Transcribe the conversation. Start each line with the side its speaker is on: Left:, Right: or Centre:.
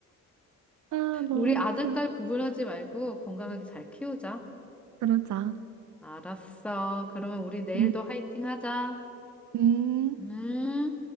Right: 아, 너무
Centre: 우리 아들,
Right: 귀여워.
Centre: 딸 구분하지 말고 건강하게 잘 키우자.
Right: 그러자.
Centre: 알았어. 그러면 우리 내일도
Right: 음.
Centre: 화이팅 하자.
Right: 음.
Centre: 음.